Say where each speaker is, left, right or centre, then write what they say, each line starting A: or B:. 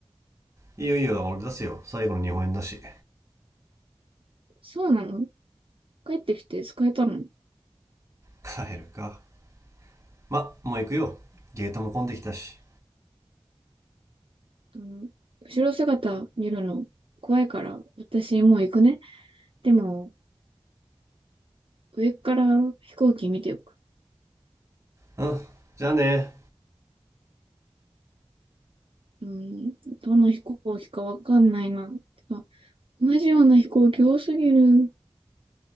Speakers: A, on the right; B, on the right.
A: いいよいいよ俺出すよ最後の日本円だし
B: そうなの帰ってきて使えたの
A: 帰るかまもう行くよゲートも混んできたし
B: うん。後ろ姿見るの怖いから、私もう行くね。でも、上から飛行機見てよく。
A: うんじゃあね
B: うん、どの飛行機かわかんないな。同じような飛行機多すぎる。